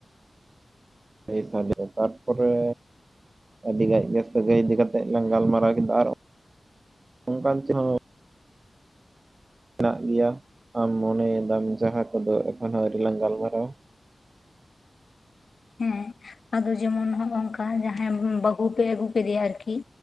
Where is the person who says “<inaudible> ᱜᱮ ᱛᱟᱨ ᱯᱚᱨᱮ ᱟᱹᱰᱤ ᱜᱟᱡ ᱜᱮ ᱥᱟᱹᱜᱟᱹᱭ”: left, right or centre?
Right